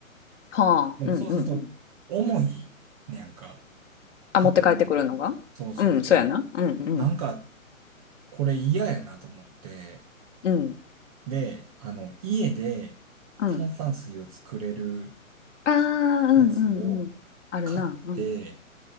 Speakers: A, on the left (about 55°); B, on the right (about 25°).
A: はあ、
B: でもそうすると重いねやんか、
A: うんうんうん。あ、持って帰ってくるのが？
B: 運ぶのが。そうそうそう。
A: うん、そうやな。うんうん。
B: なんか、これ嫌やなと思って、
A: うん、
B: で、あの、家で炭酸水を作れる
A: うん。ああ、うんうんうん。
B: やつを
A: あるな。
B: 買って、
A: うん。